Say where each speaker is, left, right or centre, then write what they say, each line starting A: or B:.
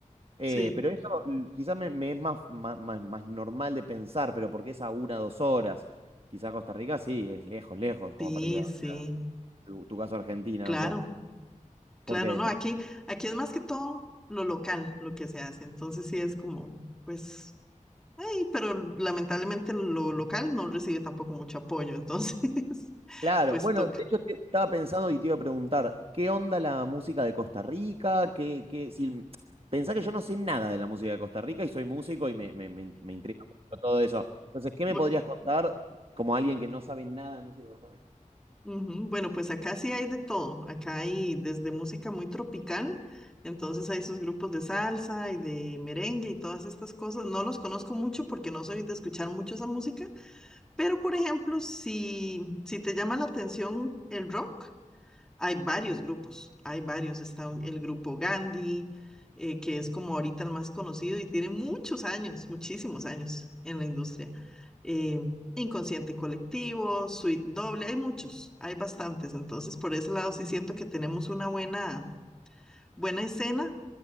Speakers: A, on the right; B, in the centre.
A: Eh,
B: Sí,
A: pero eso l- quizás me, me es más, ma- más, más normal de pensar, pero porque es a una o dos horas. Quizás Costa Rica sí, es lejos, lejos, como
B: sí,
A: para ir a
B: sí,
A: tu, tu caso a Argentina,
B: claro,
A: no sé.
B: claro,
A: Porque después.
B: no, aquí, aquí es más que todo lo local, lo que se hace, entonces sí es como, pues, Ay, pero lamentablemente lo local no recibe tampoco mucho apoyo, entonces <laughs>
A: Claro,
B: pues
A: bueno,
B: toca.
A: de hecho te- estaba pensando y te iba a preguntar, ¿qué onda la música de Costa Rica? ¿Qué, qué, si, m- pensá que yo no sé nada de la música de Costa Rica y soy músico y me, me, me, me intriga mucho todo eso. Entonces, ¿qué me
B: Bu-
A: podrías contar como alguien que no sabe nada de música de Costa Rica?
B: ujú, Bueno, pues acá sí hay de todo. Acá hay desde música muy tropical, entonces hay sus grupos de salsa y de merengue y todas estas cosas. No los conozco mucho porque no soy de escuchar mucho esa música, pero por ejemplo, si, si te llama la atención el rock, Hay varios grupos, hay varios. Está un- el grupo Gandhi, eh, que es como ahorita el más conocido y tiene muchos años, muchísimos años en la industria. Eh, Inconsciente Colectivo, Suite Doble, hay muchos, hay bastantes. Entonces, por ese lado sí siento que tenemos una buena, buena escena,